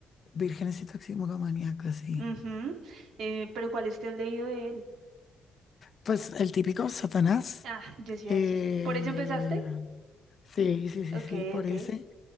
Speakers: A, on the left; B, on the right.
A: Vírgenes y toxicomaníacos, sí.
B: Ujú. Eh, pero ¿cuál es el leído de él?
A: Pues el típico Satanás.
B: Ah, yo sí iba
A: Eh,
B: a decir. ¿Por eso empezaste?
A: sí, sí, sí,
B: Ok,
A: sí, por
B: ok.
A: ese.